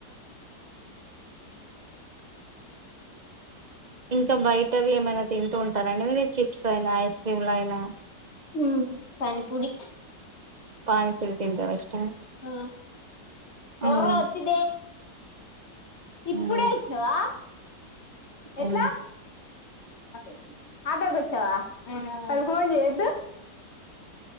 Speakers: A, on the right (about 35°); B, on the left (about 40°).
A: ఇంకా బయటవి ఏమైనా తింటూ ఉంటారండి మీరు చిప్స్ అయినా ఐస్ క్రీమ్లు అయినా
B: ఉమ్ పానిపూరి
A: పానిపూరి తింటరా ఇస్ట
B: ఉ పొర్ర
A: ఉమ్
B: వచ్చిద్ ఇప్పుడే
A: ఉహు
B: ఇచ్చినవా ఎట్లా
A: ఉమ్
B: ఆటోకి వచ్చావా మరిఫోన్ చేయొద్దు